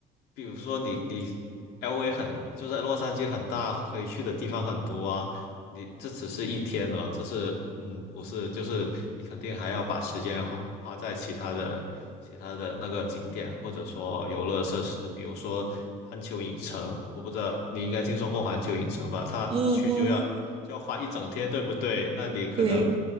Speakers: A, on the left; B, on the right.
A: 比如说你你 LA 很就是洛杉矶很大，可以去的地方很多啊。你这只是一天哦，这是嗯不是，就是你肯定还要把时间花花在其他的其他的那个景点，或者说游乐设施，比如说环球影城，我不知道你应该听说过环球影城吧？它去就要就要花一整天，
B: 嗯嗯，
A: 对不对？那你可能。
B: 对，